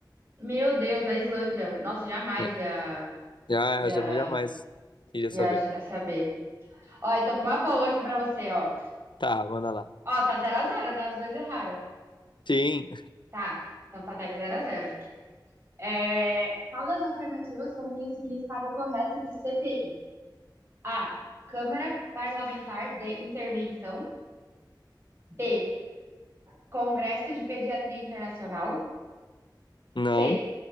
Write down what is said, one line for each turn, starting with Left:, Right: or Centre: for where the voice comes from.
Right: Meu Deus, a Islândia. Nossa, jamais
Left: É,
Right: ia,
Left: já,
Right: ia,
Left: já jamais iria
Right: ia
Left: saber.
Right: a- saber. Ó, eu tô com uma boa aqui pra você, ó.
Left: Tá, manda lá.
Right: Ó, tá zero a zero, né? Os dois erraram.
Left: Sim,
Right: Tá. Então tá dez zero a zero. É, qual das alternativas contém o significado correto de CPI? A. Câmara Parlamentar de Intervenção. B. Congresso de Pediatria Internacional.
Left: não,
Right: C.